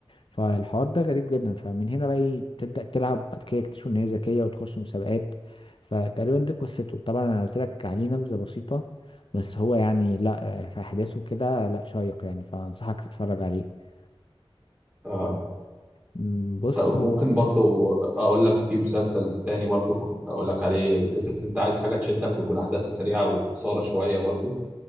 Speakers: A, on the left (about 55°); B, on the right (about 15°).
A: فالحوار ده غريب جدا فمن هنا بقى ايه بتبدأ تلعب وبعد كده يكتشفوا ان هي ذكية وتخش مسابقات فتقريبا دي قصته طبعا انا قلت لك عليه نبذة بسيطة بس هو يعني لا آه، في احداثه كده لا شيق يعني فانصحك تتفرج عليه
B: آه،
A: مم، بص
B: طب
A: هو
B: ممكن برضو اقول لك في مسلسل تاني برضو كنت اقول لك عليه بحيث ان انت عايز حاجه تشدك ويكون احداث سريعه واثاره شويه برضو